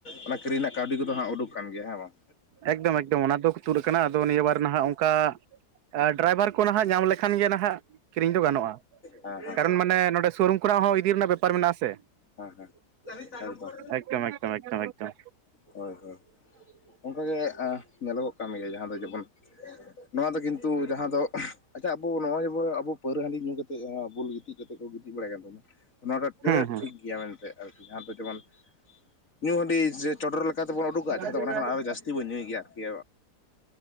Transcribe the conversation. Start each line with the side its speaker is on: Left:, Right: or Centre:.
Left: ᱚᱱᱟ ᱠᱤᱨᱤᱧ ᱨᱮᱱᱟᱜ ᱠᱟᱹᱣᱰᱤ ᱠᱚᱫᱚ ᱦᱟᱸᱜ ᱩᱰᱩᱠ ᱠᱟᱱ ᱜᱮᱭᱟ ᱦᱮᱸ ᱵᱟᱝᱼᱼ
Right: ᱮᱠᱫᱚᱢ ᱮᱠᱫᱚᱢ ᱚᱱᱟ ᱫᱚᱠᱚ ᱛᱩᱫ ᱟᱠᱟᱱᱟ ᱟᱫᱚ ᱱᱤᱭᱟᱹ ᱵᱟᱨ ᱱᱟᱦᱟᱸᱜ ᱚᱱᱠᱟ᱾ ᱰᱨᱟᱭᱵᱷᱟᱨ ᱠᱚ ᱱᱟᱦᱟᱸᱜ ᱧᱟᱢ ᱞᱮᱠᱷᱟᱱ ᱜᱮ ᱱᱟᱦᱟᱸᱜ ᱠᱤᱨᱤᱧ ᱫᱚ ᱜᱟᱱᱚᱜᱼᱟ
Left: ᱦᱮᱸ ᱦᱮᱸ
Right: ᱠᱟᱨᱚᱱ ᱢᱟᱱᱮ ᱱᱚᱰᱮ ᱥᱨᱩᱢ ᱠᱚᱨᱮᱱᱟᱜ ᱦᱚᱸ ᱤᱫᱤ ᱨᱮᱱᱟᱜ ᱵᱮᱯᱟᱨ ᱢᱮᱱᱟᱜ ᱥᱮᱼᱼ
Left: ᱦᱮᱸ ᱦᱮᱸ ᱦᱮᱸ ᱮᱠᱫᱚᱢ
Right: ᱮᱠᱫᱚᱢ ᱮᱠᱫᱚᱢ ᱮᱠᱫᱚᱢ ᱮᱠᱫᱚᱢ
Left: ᱦᱳᱭ ᱦᱳᱭ ᱚᱱᱠᱟᱜᱮ ᱧᱮᱞᱚᱜᱚᱜ ᱠᱟᱱ ᱜᱮᱭᱟ ᱡᱟᱦᱟᱸ ᱫᱚ ᱡᱮᱢᱚᱱᱼᱼ ᱱᱚᱣᱟ ᱫᱚ ᱠᱤᱱᱛᱩ ᱡᱟᱦᱟᱸ ᱫᱚ ᱟᱪᱪᱷᱟ ᱟᱵᱚ ᱱᱚᱜᱼᱚᱭᱼᱼ ᱟᱵᱚ ᱯᱟᱹᱣᱨᱟᱹ ᱦᱟᱺᱰᱤ ᱧᱩ ᱠᱟᱛᱮᱫ ᱵᱩᱞ ᱜᱤᱛᱤᱡ ᱠᱟᱛᱮᱫ ᱠᱚ ᱜᱤᱛᱤᱡ ᱵᱟᱲᱟᱭ ᱠᱟᱱ ᱛᱟᱵᱚᱱᱟ᱾ ᱱᱚᱣᱟ ᱫᱚ ᱛᱤᱱᱟᱹᱜ
Right: ᱦᱩᱸ ᱦᱩᱸ
Left: ᱴᱷᱤᱠ ᱜᱮᱭᱟ ᱢᱮᱱᱛᱮᱠᱤ ᱡᱟᱦᱟᱸ ᱫᱚ ᱡᱮᱢᱚᱱ ᱧᱩ ᱦᱟᱺᱰᱤ ᱡᱮ ᱪᱚᱰᱚᱨ ᱞᱮᱠᱟ ᱞᱮᱠᱟᱛᱮᱵᱚᱱ ᱩᱰᱩᱠᱚᱜᱼᱟ ᱡᱟᱦᱟᱸ
Right: ᱦᱮᱸ
Left: ᱫᱚ ᱚᱱᱟᱠᱷᱟᱱ ᱟᱨᱚ ᱡᱟᱹᱥᱛᱤ ᱵᱚᱱ ᱧᱩᱭ ᱜᱮᱭᱟ ᱟᱨᱠᱤᱼᱼ